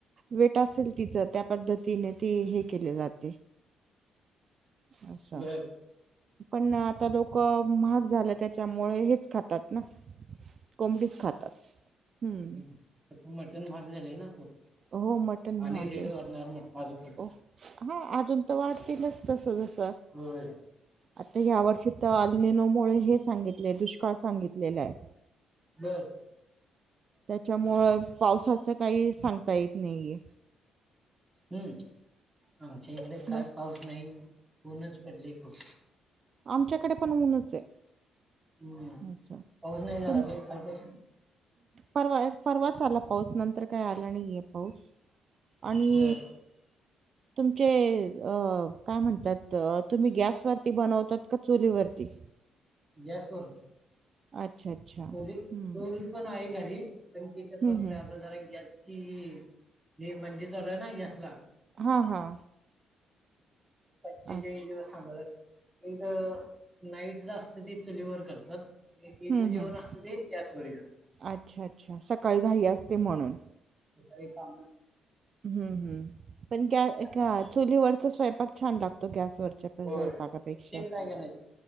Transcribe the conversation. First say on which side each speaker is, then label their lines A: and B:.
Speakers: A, on the right; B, on the right.
A: वेट असेल तिचं त्या पद्धतीने ती हे केले जाते अच्छा
B: बर
A: पण आता लोक महाग झालं त्याच्यामुळे हेच खातात ना कोंबडीच खातात हम्म
B: ह् आता मटण भाहाग झालेय ना तू
A: हो मटण महाग
B: आणि रेडओ
A: आहे
B: आणढणार मण माझं पुुढे
A: ओ हा अजून तर वाटतीलच तस जस
B: होय
A: आता या वर्षी तर अल्ननोमुळेळे हे सांगितले दुष्काळ सांगितलेलं आहे
B: बर
A: त्याच्यामुळं पावसाचं काही सांगता येत नाहीये
B: हम्म आमच्या इकडे काय
A: बस
B: पाऊस नाही पऊनच पडले खूप
A: आमच्याकडे पण ऊनच आहे
B: हम्म
A: असं
B: पाऊस नाही झाला
A: तुम
B: काही कालपासून
A: परवा परवाच आला पाऊस नंतर काय आला नाहीये पाऊस आणि
B: बर
A: तुमचे काय म्हणतात तुम्ही गॅसवरती बनवतात का चुलीवरती
B: गॅसवररतीली
A: अच्छा अच्छा हम्म
B: टली पण आहे घरी पण ती कसं
A: हम्म
B: असत
A: हम्म
B: आता जरा ग्याची हे मंदीर चालूय ना गॅसला
A: हां हां
B: पंचेचाळीस
A: अच्छा
B: दिवस सांभाळ एक नाईट असत ती चुलीवर करतात तच
A: हम्म
B: जेवण
A: हम्म
B: असतं ते गॅस व करतात
A: अच्छा अच्छा सकाळी घाई असते म्हणून
B: स कामचा
A: हम्म हम् पण गॅ
B: त्यासाठी
A: ए चुलीवरच स्वयंपाक छान लागतो गॅसवर
B: होय
A: पाकपेक्षा
B: तुमच्या इकडे काय काय नाही